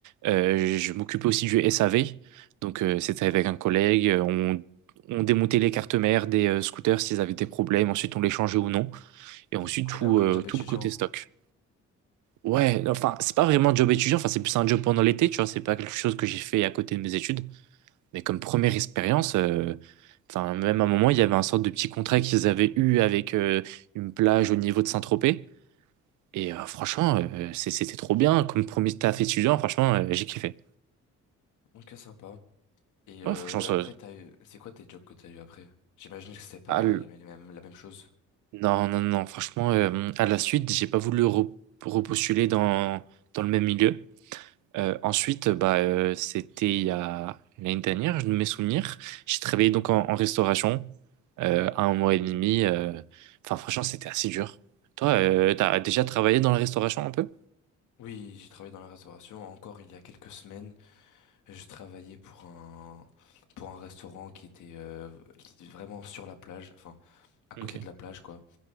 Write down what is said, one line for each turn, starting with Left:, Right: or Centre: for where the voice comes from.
Right: Euh, je m'occupais aussi du SAV. Donc, euh, c'était avec un collègue. Euh, On, on démontait les cartes mères des euh, scooters s'ils avaient des problèmes. Ensuite, on les changeait ou non. Et ensuite,
Left: Trop
Right: tout,
Left: bien comme
Right: euh,
Left: job
Right: tout
Left: étudiant.
Right: le côté stock. Ouais, enfin, c'est pas vraiment un job étudiant. Enfin, c'est plus un job pendant l'été, tu vois. C'est pas quelque chose que j'ai fait à côté de mes études. Mais comme première expérience, euh, enfin, même à un moment, il y avait un sorte de petit contrat qu'ils avaient eu avec euh, une plage au niveau de Saint-Tropez. Et euh, franchement, euh, c'est- c'était trop bien. Comme premier taf étudiant, franchement, euh, j'ai kiffé.
Left: Ok, sympa. Et euh,
Right: Ouais, franchement, ça-
Left: après, t'as eu... c'est quoi tes jobs que t'as eu après? J'imagine que c'était pas
Right: à l-
Left: les mêmes, la même chose.
Right: non, non, non. Franchement, euh, à la suite, j'ai pas voulu re- repostuler dans, dans le même milieu. Euh, ensuite, bah, euh, c'était il y a l'année dernière, je ne mes souvenirs. J'ai travaillé donc en, en restauration euh, un mois et demi. euh. Enfin, franchement, c'était assez dur. Toi, euh, t'as déjà travaillé dans la restauration un peu?
Left: Oui, j'ai travaillé dans la restauration encore il y a quelques semaines. Je travaillais pour un pour un restaurant qui était euh, li- vraiment sur la plage, enfin à côté
Right: Ok,
Left: de la plage quoi.